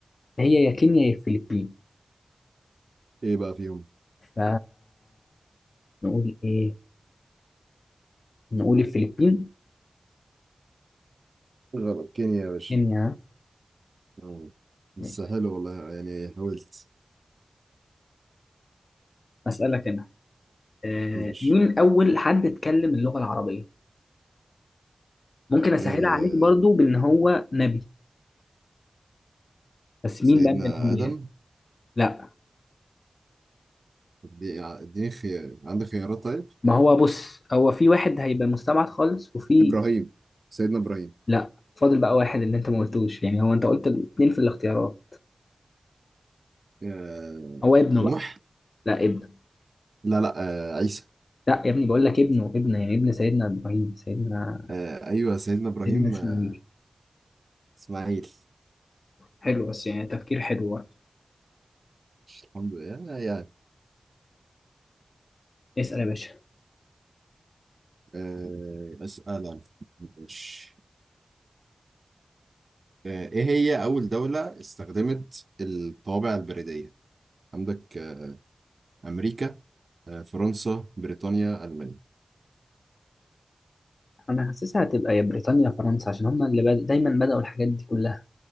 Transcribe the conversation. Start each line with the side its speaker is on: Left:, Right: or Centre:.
Left: هي يا كينيا يا الفلبين
Right: ايه بقى فيهم
Left: ف نقول ايه نقول الفلبين
Right: غلط كينيا يا باشا
Left: كينيا ها؟
Right: مم. بس
Left: ماشي
Right: حلو والله يعني حاولت
Left: اسالك انا آه
Right: ماشي
Left: مين اول حد اتكلم اللغه العربيه ممكن اسهلها
Right: آه
Left: عليك برضو بان هو نبي بس
Right: سيدنا
Left: مين بقى من الانبياء
Right: آدم
Left: لا
Right: طب دي- اديني خيار عندك خيارات طيب
Left: ما هو بص هو في واحد هيبقى مستبعد خالص وفي
Right: إبراهيم سيدنا إبراهيم
Left: لا فاضل بقى واحد اللي انت ما قلتوش يعني هو انت قلت الاثنين في الاختيارات
Right: آه
Left: هو ابنه
Right: نوح
Left: بقى لا ابنه
Right: لا لا آه عيسى
Left: لا يا ابني بقول لك ابنه ابنه يعني ابن سيدنا ابراهيم سيدنا
Right: آه أيوه سيدنا إبراهيم
Left: سيدنا اسماعيل
Right: آه إسماعيل
Left: حلو بس يعني تفكير حلو
Right: الحمد لله آه، يعني
Left: اسال يا باشا
Right: آه أسأل أنا. ماشي آه إيه هي أول دولة استخدمت الطوابع البريدية عندك آه أمريكا آه فرنسا بريطانيا ألمانيا
Left: انا حاسسها هتبقى يا بريطانيا يا فرنسا عشان هما اللي بد... دايما بدأوا الحاجات دي كلها